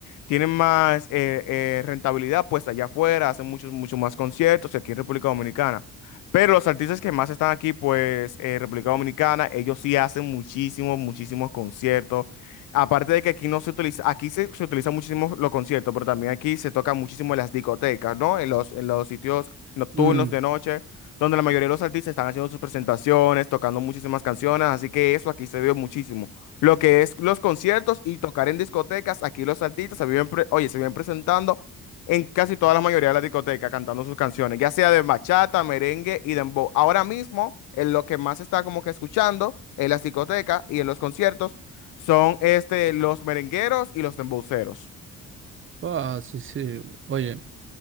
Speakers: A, on the left; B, on the right.
A: tienen más eh, eh, rentabilidad pues allá afuera, hacen muchos, muchos más conciertos aquí en República Dominicana. Pero los artistas que más están aquí, pues, en República Dominicana, ellos sí hacen muchísimos, muchísimos conciertos Aparte de que aquí no se utiliza, aquí se, se utiliza muchísimo los conciertos, pero también aquí se tocan muchísimo en las discotecas, ¿no? En los, en los sitios nocturnos
B: Mm,
A: de noche, donde la mayoría de los artistas están haciendo sus presentaciones, tocando muchísimas canciones, así que eso aquí se vio muchísimo. Lo que es los conciertos y tocar en discotecas, aquí los artistas se viven, pre- oye, se viven presentando en casi toda la mayoría de las discotecas cantando sus canciones, ya sea de bachata, merengue y dembow. Ahora mismo, en lo que más se está como que escuchando en las discotecas y en los conciertos son este, los merengueros y los dembowceros.
B: Ah, sí, sí, oye.